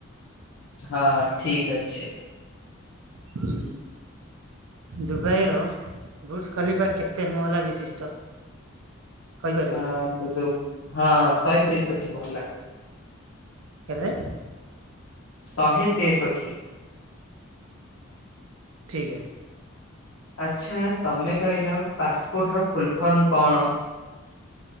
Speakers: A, on the left (about 65°); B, on the right (about 75°).
A: ହଁ ଠିକ୍ ଅଛି।
B: ହୁଁ ଦୁବାଇର ବୁର୍ଜ ଖଲିଫା କେତେ ମହଲା ବିଶିଷ୍ଟ? କହିପାରିବ
A: ଆ, ବୁଧୁ! ହଁ, ଶହେ ତେଇଶ। ମହଲା,
B: କେତେ?
A: ଶହେ ତେଷଠି।
B: ଠିକ୍ ହେ।
A: ଆଚ୍ଛା, ତମେ କହିଲ ପାସପୋର୍ଟ ର ଫୁଲଫର୍ମ କଣ?